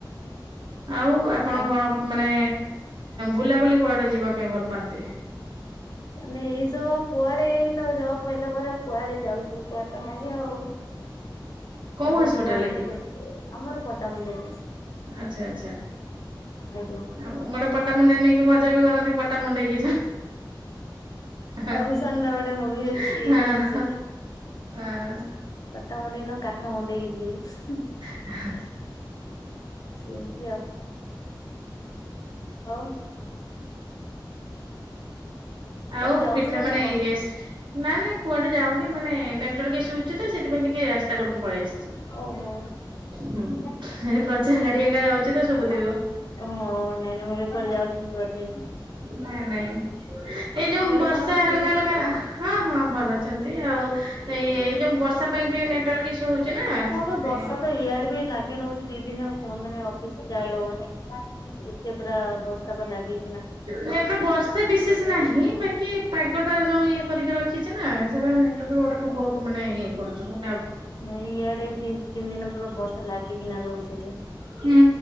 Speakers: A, on the right; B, on the left.
A: ଆଉ ଆପଣ
B: ଆଉ
A: କଣ ମାନେ ବୁଲାବୁଲି କୁଆଡେ ଯିବା ପାଇଁ ଭଲ ପାଆନ୍ତି?
B: ମାନେ ଏଇସବୁ ଆଉ କୁଆଡେ ଏଇତ ଯବ୍ ପାଇଲା ପରେ ଆଉ କୁଆଡେ ଯାଉଚୁ କୁଆଡେ ତ ନାହିଁ ଆଉ। <unintelligible>
A: କୋଉ ହସ୍ପିଟାଲ କି?
B: ଆମର ପଟାମୁଣ୍ଡେଇରେ।
A: ଆଚ୍ଛା ଆଚ୍ଛା।
B: ଆଜ୍ଞା।
A: ଆଉ ଗୋଟେ ପଟାମୁଣ୍ଡେଇ ନେଇକି ମଜାକ୍ କରନ୍ତି ପଟା ମୁଣ୍ଡେଇକି ଯା। ହଁ।
B: ବାବୁସାନ ର ଗୋଟେ ମୁଭି ଅଛି ଦିଲିପ
A: ଆଁ।
B: ପଟାମୁଣ୍ଡାଇ ନୁହଁ କାଠ ମୁଣ୍ଡେଇକି ଯିବି।
A: <inaudible>
B: ସେମିତି ଆଉ। ହଉ।
A: ଆଉ
B: କୁଆଡେ ଯାଉଛନ୍ତି
A: ପିଠା ମାନେ
B: ନା କଣ
A: ନା ନା କୁଆଡେ ଯାଉନି ମାନେ ନେଟୱାର୍କ ଇସୁ ହଉଚି ତ ସେଥିପାଇଁ ଟିକେ ରାସ୍ତା କଡକୁ ପଳେଇ ଆସିଛି।
B: ଓହୋ <unintelligible>
A: ହୁଁ ଏ ପ୍ରଚାର ଗାଡି
B: କୁଆଡ଼େ
A: ଏକା ଯାଉଛି ତ ଶୁଭୁଥିବ।
B: ଯାଉ। <unintelligible>
A: ନାଇଁ ନାଇଁ ଏଇ ଯୋଉ
B: ଘରେ
A: ବର୍ଷା
B: ସମସ୍ତେ
A: ହାଲକା
B: ଠିକ ଅଛି?
A: ହାଲ୍କା ହଁ ହଁ ଭଲ ଅଛନ୍ତି। ଏମତି ଆଉ। ଏଇ ଏ ଯୋଉ ବର୍ଷା ପାଇଁ ଟିକେ ନେଟୱାର୍କ ଇସ୍ୟୁ ହଉଛି ନା
B: ହଁ
A: ସେଥିପାଇଁ
B: ବା ବର୍ଷା
A: ଆଉ।
B: ତ ଇଆଡେ ବି ଲାଗି ରହୁଚି। ଦି ଦିନ ହବ କୁହନ୍ତୁନି ଅଫିସ ଯାଇ ହବନି। ଏତେ ପୁରା ବର୍ଷା ପା ଲାଗି
A: ନାଇଁ ପରା ବର୍ଷ ବର୍ଷା ବିଶେଷ ନାହିଁ ବାକି ପାଗଟା ଯୋଉ ଇଏ କରିକି ରଖିଛି ନା। ସେଟା ନେଟ ନେଟୱାର୍କ ଗୁଡାକ ବହୁତ ମାନେ ଇଏ କରୁଚୁ ମାନେ
B: ନାଇଁ ଇଆଡେ ଦି ତିନି ଦିନ ପୁରା ବର୍ଷା ଲାଗିକିନା ରହୁଛି।
A: ହୁଁ